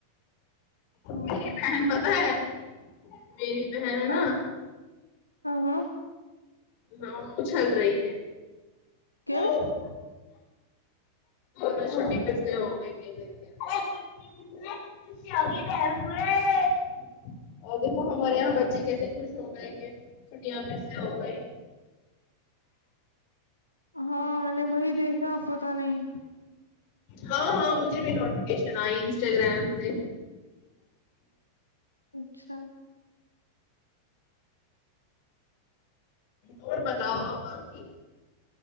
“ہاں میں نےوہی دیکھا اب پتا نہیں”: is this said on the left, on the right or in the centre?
Left